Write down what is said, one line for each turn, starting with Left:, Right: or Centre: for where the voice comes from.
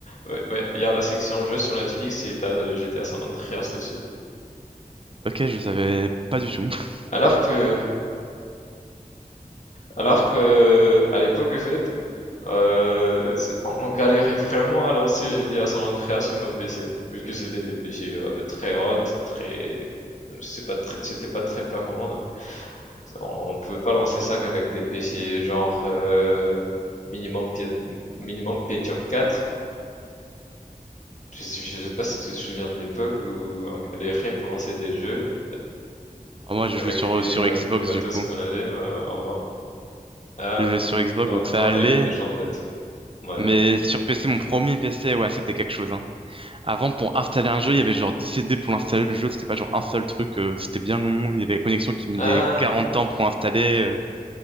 Left: ouais, ouais, il y a la section jeux sur Netflix et tu as, heu, GTA San Andreas dessus.
Right: Ok, je savais pas du tout. <laughs>
Left: Alors que alors que, à l'époque, en fait Euh, c'est- on, on galérait vraiment à lancer GTA San Andreas sur nos PC, vu que c'était des PC euh, très old, très, c'est pas très, c'était pas très performant. donc c'est- on, on pouvait pas lancer ça qu'avec des PC genre euh, minimum Pie- minimum Pentium 4. Je, sais- je sais pas si tu te souviens de l'époque où on galérait pour lancer des jeux
Right: Ah, moi, je
Left: avec
Right: jouais sur,
Left: les
Right: euh, sur
Left: mat-
Right: Xbox,
Left: le matos
Right: du coup.
Left: qu'on avait euh, en main. Ah,
Right: Je jouais sur Xbox,
Left: donc
Right: donc ça
Left: toi
Right: allait.
Left: t'as eu de la chance d'être. Ouais.
Right: Mais sur PC, mon premier PC, ouais, c'était quelque chose, hein. Avant, pour installer un jeu, il y avait genre 10 CD pour l'installer. Le jeu, c'était pas genre un seul truc. euh, c'était bien long. Il y avait la connexion qui mettait
Left: Ah.
Right: 40 ans pour l'installer. euh.